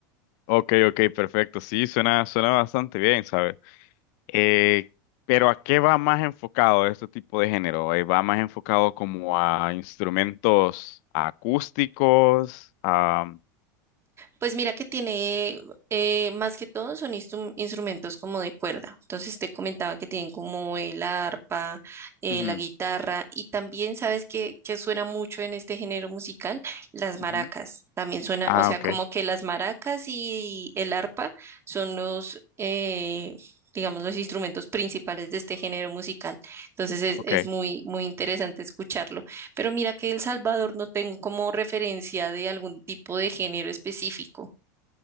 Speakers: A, on the left; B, on the right.
A: Ok, ok, perfecto. Sí, suena, suena bastante bien, ¿sabes? Eh, pero ¿a qué va más enfocado este tipo de género? Eh, ¿va más enfocado como a instrumentos acústicos? A...
B: Pues mira que tiene, eh, más que todo son instru- instrumentos como de cuerda. Entonces te comentaba que tienen como el arpa, eh,
A: Ujú,
B: la guitarra y también sabes que, que suena mucho en este género musical, las maracas.
A: ujú.
B: También suena,
A: Ah,
B: o sea,
A: ok,
B: como que las maracas y el arpa son los, eh, digamos, los instrumentos principales de este género musical. Entonces es,
A: ok.
B: es muy, muy interesante escucharlo. Pero mira que El Salvador no tengo como referencia de algún tipo de género específico.